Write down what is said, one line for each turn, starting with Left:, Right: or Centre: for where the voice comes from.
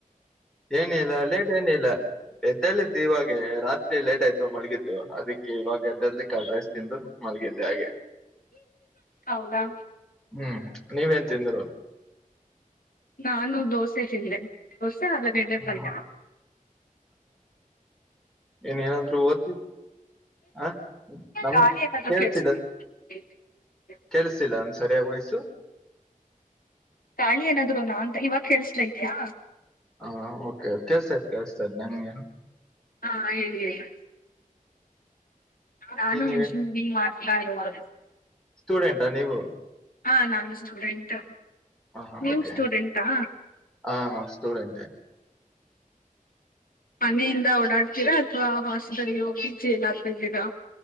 Centre: ಏನ ಇಲ್ಲ ಲೇಟ್ ಏನು ಇಲ್ಲ. ಎದ್ದಳತ್ತು ಇವಾಗ ರಾತ್ರಿ ಲೇಟ್ ಆಯ್ತು ಮಳಗಿದ್ದು ಅದಕ್ಕೆ ಇವಾಗ ಎದ್ದು ಹೇಳಿ, ಕರ್ಡ್ ರೈಸ್ ತಿಂದು. ಮಲಗಿದ್ದೆ ಹಾಗೆ.
Left: ಹೌದಾ
Centre: ಹ್ಮ್ ನೀವೇನ್ ತಿಂದ್ರು.
Left: ನಾನು ದೋಸೆ ತಿಂದೆ, ದೋಸೆ ಆಲೂ ಗಡ್ಡೆ ಪಲ್ಯ.
Centre: ಹ ಏನ ಏನಾದ್ರು ಓದಿ. ಹ ನಮ
Left: ಗಾಳಿ ಏನಾದ್ರು
Centre: ಕೇಳ್ತಿದೇ.
Left: ಕೇಳಿಸ್ತಿದ್ಯಾ
Centre: ಕಲ್ಸಿಲ್ಲ ಒಂದ ಸರಿಯ ವಾಯ್ಸ್.
Left: ಗಾಳಿ ಏನಾದ್ರು ನಾ ಅಂತ ಇವಾಗ ಕೇಳ್ತಾ ಇದ್ಯಾ.
Centre: ಹಾ ಓಕೆ ಕೆಲ್ಸ್ತೈಡ್ ಕೇಳ್ತದೆ ನನ್ಗೆ.
Left: ಹಾ ಹೇಳಿ ಹೇಳಿ ನಾನು
Centre: ಏನ್
Left: ಮಾಡ <unintelligible> <unintelligible>
Centre: ಸ್ಟೂಡೆಂಟ ನೀವು.
Left: ಹ ನಾನು ಸ್ಟೂಡೆಂಟ್
Centre: ಹ ಹಾ
Left: ನೀವು
Centre: ಓಕೆ
Left: ಸ್ಟೂಡೆಂಟಾ.
Centre: ಹ ನಾವ್ ಸ್ಟೂಡೆಂಟೆ
Left: ಮನೆಯಿಂದ ಓಡಾಡ್ತೀರಾ ಅಥವಾ ಹಾಸ್ಟೆಲ್ ಪಿ ಜಿ ಎಲ್ಲಾದ್ರೂ ಇದೀರ.